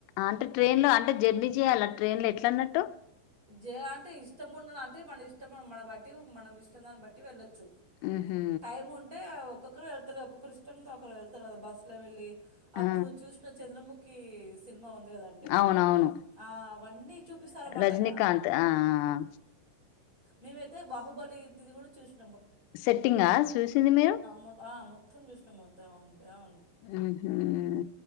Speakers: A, on the left; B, on the right.
A: అంటే ట్రైన్ లో అంటే జర్నీ చేయాల ట్రైన్ లో ఎట్లా అన్నట్టు
B: జే అంటే ఇష్టం ఉండద అంటే మన ఇష్టం మన బట్టి మనం ఇష్టం దాన్ని బట్టి వెళ్ళొ ు
A: ఉహు
B: టైం ఉంటే ఒక్కొక్కరు వెళ్తారు ఒక్కొక్కరు ఇష్టం ఒకరు వెళ్తారు కదా బస్సులో వెళ్ళి అప్పుడు
A: ఆ
B: చూసిన చంద్రముఖి సినిమా ఉంది కదండి
A: అవునవును
B: ఆ అవన్నీ చూపిస్తారన్నమాట
A: రజనికాంత్
B: ఇగ.
A: ఆ.. ఆ... ఆ
B: మేమైతే బాహుబలిది కూడా చూస్తు
A: సెట్టింగ్ చూసింది మీరు
B: మొ ఆ! మొత్తం చుషినాంమొత్తం వన్డె.
A: ఉ హుమ్మ్